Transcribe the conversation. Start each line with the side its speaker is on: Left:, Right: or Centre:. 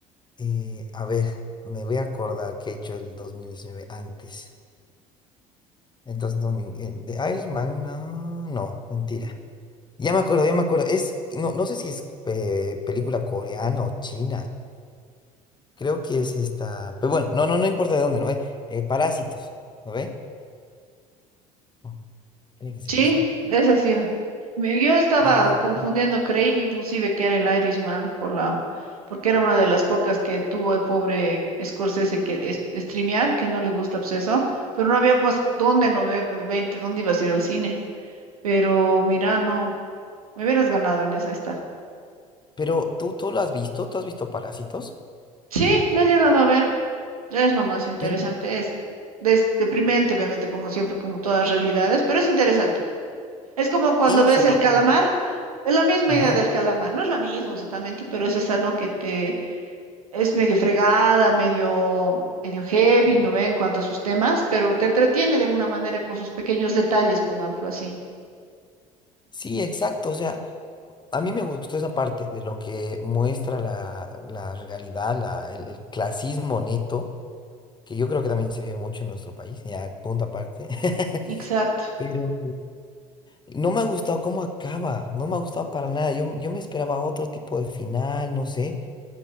Left: Eh, a ver, me voy a acordar qué he hecho el 2019 antes. Entonces, no, ni- eh, de Irishman, no, no, mentira. Ya me acuerdo, ya me acuerdo. Es, no, no sé si es eh, película coreana o china. Creo que es esta. Pero bueno, no, no, no importa de dónde, ¿no ve? Eh, Parásitos, ¿no ve? No, tiene que ser
Right: Sí,
Left: esa.
Right: esa ha sido. Me- Yo estaba
Left: Ay,
Right: confundiendo,
Left: no.
Right: creí que inclusive que era el Irishman por la, porque era una de las pocas que tuvo el pobre Scorsese que es- streamear, que no le gusta obseso, pero no había más dónde no ve el 20, dónde ibas a ir al cine. Pero mira, no, me hubieras ganado en esa, ahí está.
Left: pero tú, tú lo has visto, tú has visto Parásitos,
Right: Sí, la he llegado a ver. Es lo más interesante,
Left: pero
Right: es, des- deprimente, obviamente, como siempre, como todas realidades, pero es interesante. Es como cuando
Left: eso,
Right: ves
Left: porque.
Right: el calamar, es la misma
Left: Ajá.
Right: idea del calamar, no es la misma exactamente, pero es esa, ¿no? Que te es medio fregada, medio, medio heavy, ¿no ve? En cuanto a sus temas, pero te entretiene de alguna manera con sus pequeños detalles, pongámoslo así.
Left: Sí, exacto. O sea, a mí me gustó esa parte de lo que muestra la, la realidad, la- el, el clasismo neto, que yo creo que también se vive mucho en nuestro país, ya punto aparte. <laughs>
Right: Exacto,
Left: Pero no me ha gustado cómo acaba, no me ha gustado para nada. Yo, yo me esperaba otro tipo de final, no sé